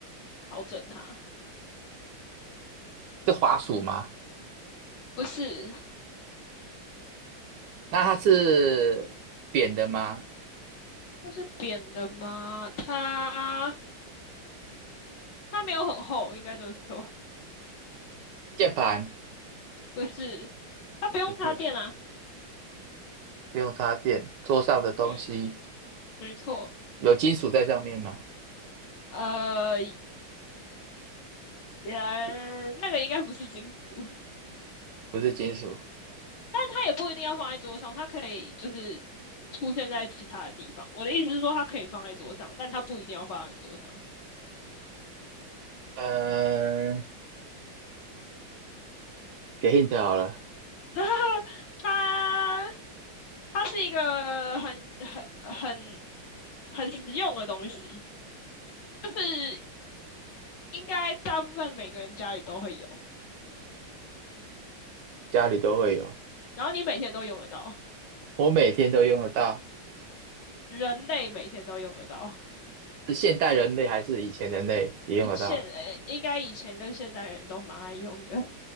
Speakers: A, on the left; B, on the right.
A: 调整它。
B: 是滑鼠吗？
A: 不是，
B: 那它是扁的吗？
A: 它是扁的吗？它它没有很厚，应该这么说。
B: 键盘
A: 不是，它不用插电啊。
B: 不是，不用插电。桌上的东西
A: 嗯，没错。
B: 有金属在上面吗？
A: 呃，呃，
B: 也
A: 那个应该不是金属，<laughs>
B: 不是金属。
A: 但它也不一定要放在桌上，它可以就是出现在其他的地方。我的意思是说，它可以放在桌上，但它不一定要放在你桌上。
B: 嗯，给 hint 好了，
A: <laughs> 它它是一个很很很很实用的东西，就是应该大部分每个人家里都会有，
B: 家里都会有，
A: 然后你每天都用得到，
B: 我每天都用得到。
A: 人类每天都用得到。
B: 是现代人类还是以前人类也用得到？
A: 现，呃，应该以前跟现代人都蛮爱用的。